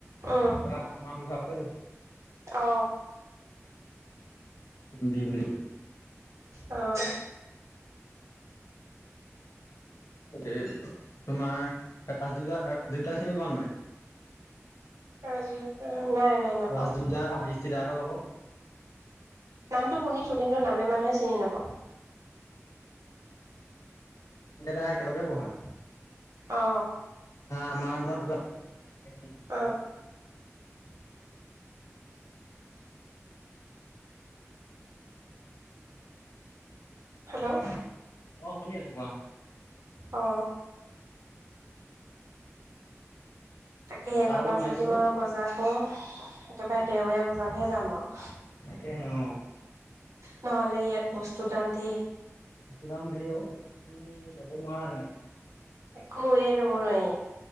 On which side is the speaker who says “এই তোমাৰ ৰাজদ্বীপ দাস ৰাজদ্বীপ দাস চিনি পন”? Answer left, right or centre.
Left